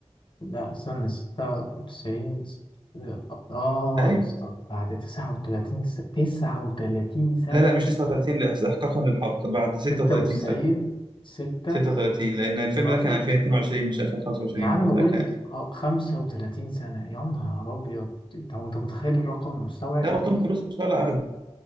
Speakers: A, on the left; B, on the right.
A: لا سنة ستة وتسعين اه
B: أيوة
A: يا اسطى بعد تسعة وتلاتين س... تسعة وتلاتين سنة
B: لا لا مش 39 لا، إحقاقا للحق بعد 36
A: ستة وتسعين
B: سنة
A: ستة
B: 36 لأن الفيلم
A: ستاشر
B: ده كان 2022 مش 2025
A: يا عم
B: أه ده
A: قول
B: كان
A: آه، خمسة وتلاتين سنة يا نهار أبيض أنت أنت متخيل الرقم مستوعب
B: لا هو توم كروز ما شاء الله عمل-